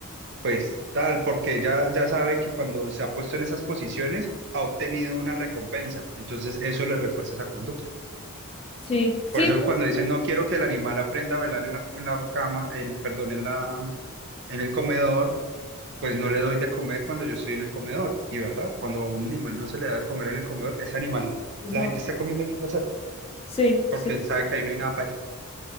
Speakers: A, on the right (about 50°); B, on the left (about 25°).
A: Pues tal, porque ya, ya sabe que cuando se ha puesto en esas posiciones ha obtenido una recompensa, entonces eso le refuerza esa conducta.
B: sí, sí,
A: Por eso
B: Pues
A: cuando dicen no quiero que el animal aprenda a velar en la, en la cama, el, perdón, en la, en el comedor, pues no le doy de comer cuando yo estoy en el comedor. Y verdad, cuando a un animal no se le da de comer en el comedor, ese animal,
B: pues,
A: la
B: no,
A: gente está comiendo y no se acerca,
B: sí,
A: porque
B: sí,
A: sabe que ahí no hay nada para él.